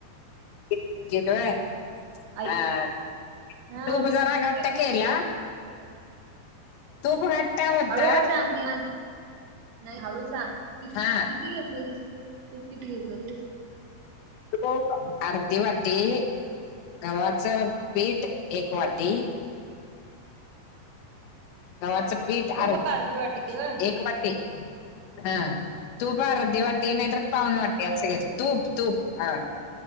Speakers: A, on the left; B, on the right.
A: केक केक व्हय.
B: आई
A: हा
B: हा
A: तूप
B: बिस्किट
A: जरा घट्ट
B: केलीस
A: केला
B: की
A: तूप घट्ट होत
B: हळूहळू सांग निवांत नाही हळू सांग. कि
A: हा
B: किती घेतलेलीस तू तूप किती घेतलेलीस
A: तूप अर्धी वाटी, गव्हाच पीठ एक वाटी गव्हाच पीठ
B: तूप
A: आर्र
B: अर्धी वाटी ग
A: एक वाटी हा. तूप अर्ध वाटी नायतर पावून वाटी असं घ्यायच तूप तूप ह